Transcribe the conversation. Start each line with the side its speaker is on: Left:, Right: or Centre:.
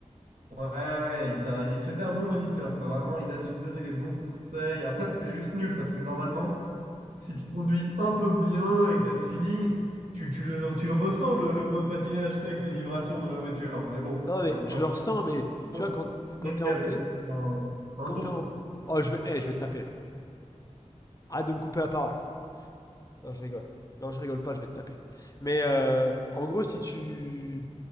Right: Ouais, ouais, il t'a- il- c'était un bon moniteur, quoi. Vraiment, il a su te donner les bons conseils. Après, t'étais juste nul parce que normalement, si tu conduis un peu bien et que t'as le feeling, tu, tu le, tu le ressens le, le point de patinage, c'est avec les vibrations dans la voiture. Mais bon,
Left: Non mais
Right: après,
Left: je le ressens, mais
Right: on
Left: tu vois, quand, quand
Right: est
Left: t'es en...
Right: avec
Left: pla-
Right: un, un
Left: Quand
Right: don.
Left: t'es en... Oh, je vais, eh, je vais te taper là. Arrête de me couper la parole. là. Non, je rigole. Non, je rigole pas, je vais te taper. Mais euh, en gros, si tu...